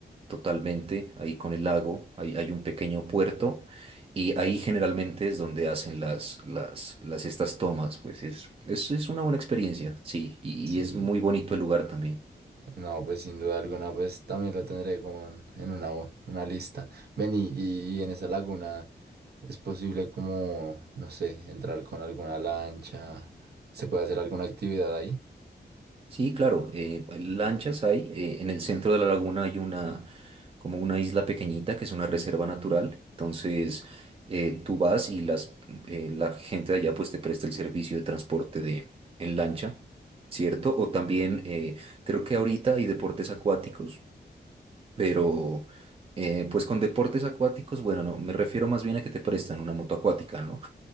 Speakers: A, on the right; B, on the right.
A: totalmente ahí con el lago, hay, hay un pequeño puerto y ahí generalmente es donde hacen las, las, las estas tomas, pues es, es, es una buena experiencia, sí, y
B: sí.
A: y es muy bonito el lugar también.
B: No, pues sin duda alguna, pues también lo tendré como en, en una, una lista. Ven y, y- y en esa laguna es posible como, no sé, entrar con alguna lancha, se puede hacer alguna actividad ahí.
A: Sí, claro, eh, lanchas hay. eh, en el centro de la laguna hay una, como una isla pequeñita que es una reserva natural. Entonces, eh, tú vas y las, eh, la gente de allá pues te presta el servicio de transporte de, en lancha, ¿cierto? O también eh, creo que ahorita hay deportes acuáticos, pero eh, pues con deportes acuáticos, bueno, no, me refiero más bien a que te prestan una moto acuática, ¿no?